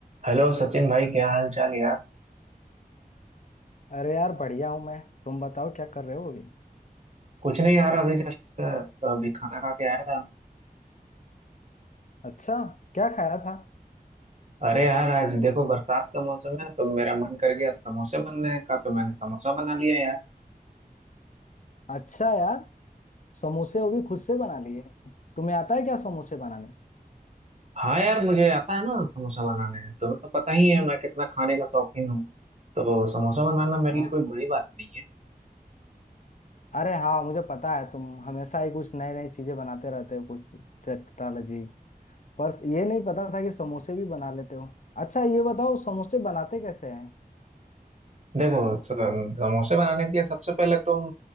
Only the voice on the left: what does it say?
अरे यार बढ़िया हूँ मैं तुम बताओ क्या कर रहे हो अभी
अच्छा क्या खाया था
अच्छा यार समोसे वो भी खुद से बना लिए तुम्हें आता है क्या समोसे बनाने
हाँ
अरे हाँ मुझे पता है तुम हमेशा ही कुछ नई नई चीजें बनाते रहते हो कुछ चटपटा लजीज पर ये नहीं पता था कि समोसे भी बना लेते हो अच्छा ये बताओ समोसे बनाते कैसे हैं